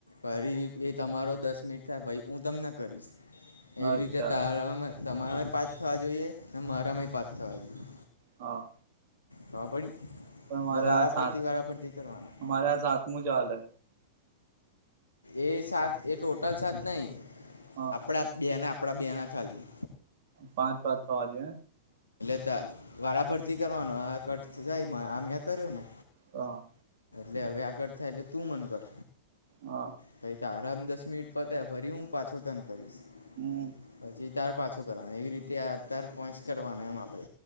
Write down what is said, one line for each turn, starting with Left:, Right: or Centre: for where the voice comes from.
Left: ફરી એ તમારો દસ મિનિટ થાય પહી હું તમને કરીશ, એવી
Right: અચ્છા
Left: રીતે તારા તમારે પાચ થવા જોઈએ ને મારામાં પાચ થવા જોઈએ
Right: હા
Left: ખબર પડી?
Right: પણ
Left: એટલે
Right: મારે
Left: વારાફરતી
Right: આ સાત
Left: વારાફરતી કરવાના
Right: મારે આ સાતમું ચાલે
Left: એ સાત એ ટોટલ સાત નઈ
Right: હા
Left: આપડા બે ના આપડા બે ના ખાલી
Right: પાંચ પાંચ થવા જે
Left: ત વારાફરતી કરવાનું આ કટ થાય મા આ મે કર્યો ને
Right: હા
Left: લે હવે આગળ થાય એટલે તું મન કર
Right: હા
Left: પહી તારા દસ મિનિટ પતે ફરી હું પાછો તને કરીશ
Right: હમ
Left: પછી તાર પાછો કરવા એવી રીતે અત્યાર પોચ કરવાના એમ આપડે